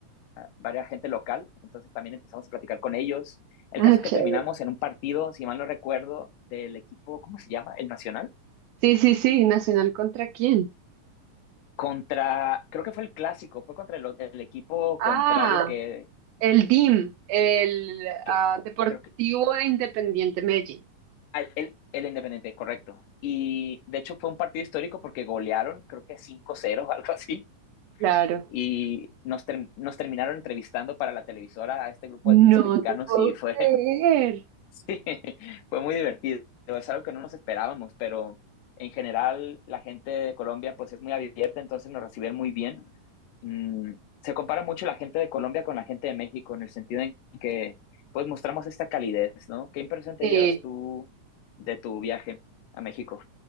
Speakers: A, on the left (about 80°); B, on the right (about 85°).
A: varias gente local, entonces también empezamos a platicar con ellos. El
B: Ah,
A: caso es
B: chévere.
A: que terminamos en un partido, si mal no recuerdo, del equipo, ¿cómo se llama? El Nacional,
B: Sí, sí, sí, ¿Nacional contra quién?
A: contra, creo que fue el clásico, fue contra el, el equipo
B: ah
A: contrario que,
B: El DIM, el
A: que
B: ah, Deportivo
A: creo que,
B: Independiente Medellín.
A: el, el Independiente, correcto. Y de hecho fue un partido histórico porque golearon, creo que cinco 0 o <laughs> algo así.
B: Claro.
A: Y nos, ter nos terminaron entrevistando para la televisora a este grupo
B: No
A: de 15 mexicanos
B: te puedo
A: y fue
B: creer.
A: Sí, <laughs> fue muy divertido. Es algo que no nos esperábamos, pero en general la gente de Colombia pues es muy abierta, entonces nos recibieron muy bien. Mm, se compara mucho la gente de Colombia con la gente de México en el sentido en que pues mostramos esta calidez, ¿no? ¿Qué impresión te
B: Sí.
A: llevas tú de tu viaje a México?